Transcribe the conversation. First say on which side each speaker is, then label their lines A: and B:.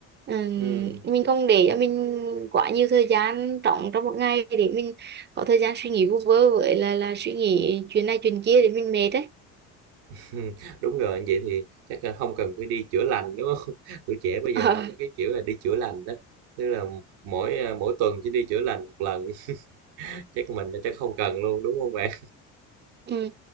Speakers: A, on the right; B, on the right.
A: Ừm,
B: ừ.
A: mình không để cho mình quá nhiều thời gian trống trong một ngày để mình có thời gian suy nghĩ vu vơ với là là suy nghĩ chuyện này chuyện kia để mình mệt đấy
B: <laughs> Ừm, đúng rồi, vậy thì chắc là không cần phải đi chữa lành, đúng không? <laughs> Tuổi trẻ bây giờ
A: <laughs>
B: nó có cái kiểu là đi chữa lành đó, tức là mỗi, à, mỗi tuần chỉ đi chữa lành một lần, <laughs> chắc là mình chắc không cần luôn, đúng không bạn?
A: Ừ.